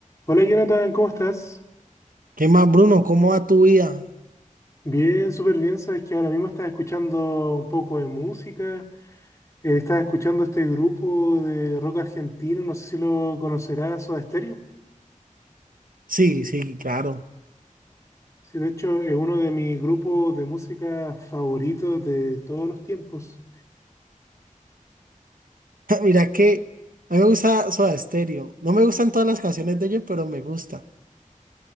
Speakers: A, on the left; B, on the right.
A: Hola Jonathan, ¿cómo estás?
B: ¿Qué más, Bruno? ¿Cómo va tu vida?
A: Bien, súper bien. Sabes que ahora mismo estás escuchando un poco de música. eh, estás escuchando este grupo de rock argentino, no sé si lo conocerás, Soda Stereo.
B: Sí, sí, claro.
A: Sí, de hecho es uno de mis grupos de música favoritos de todos los tiempos.
B: <laughs> Mira que a mí me gusta Soda Stereo. No me gustan todas las canciones de ellos, pero me gusta.